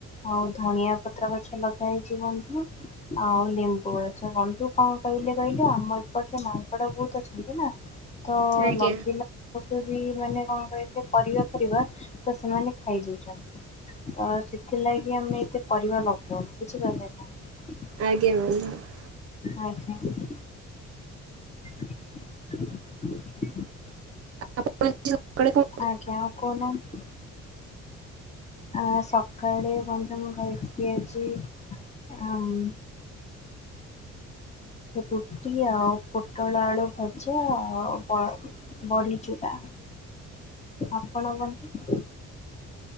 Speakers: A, on the left; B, on the right.
A: ଆଉ ଧଣିଆ ପତ୍ର ଗଛ ଲଗା ହେଇଛି ବନ୍ଧୁ। ଆଉ ଲେମ୍ବୁ ଗଛ ବନ୍ଧୁ କଣ କହିଲେ କହିଲେ ଆମର୍ ପଟେ ମାଙ୍କଡ ବହୁତ୍ ଅଛନ୍ତି ତ ନା ତ
B: ଆଜ୍ଞା
A: ଲଗିଲା। ତାକୁ ବି ମାନେ କଣ କହିଲେ ପରିବା ଫରିବା ତ ସେମାନେ ଖାଇଯାଉଛନ୍ତି। ତ ସେଥିଲାଗି ଆମେ ଏତେ ପରିବା ଲଗଉନୁ ବୁଝିପାରିଲେ ନା।
B: ଆଜ୍ଞା <unintelligible>
A: ଆଜ୍ଞା। <unintelligible>
B: ଆପଣ ଆଜି ସକାଳେ କଣ
A: ଆଜ୍ଞା ଆଉ କହୁନାହାଁନ୍ତି? ଆ ସକାଳେ ବନ୍ଧୁ ମୁଁ ଖାଇଥିଲି ଆଜି ଆମ୍ ରୁଟି ଆଉ ପୋଟଳ ଆଳୁ ଭଜା ଆଉ କଣ? ବଡ଼ିଚୂଡ଼ା। ଆପଣ କୁହନ୍ତୁ।